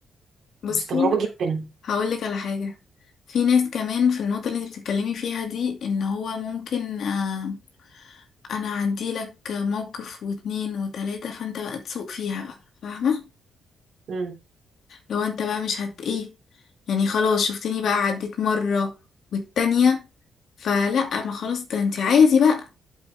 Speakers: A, on the left; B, on the right.
A: بصي
B: مستغربة جدا
A: هقول لك على حاجة في ناس كمان في النقطة اللي انت بتتكلمي فيها دي ان هو ممكن آه، انا اعدي لك موقف واتنين وتلاتة فانت بقى تسوق فيها بقى فاهمة
B: مم.
A: لو انت بقى مش هت ايه يعني خلاص شفتني بقى عديت مرة والتانية فلا ما خلاص ده انت عادي بقى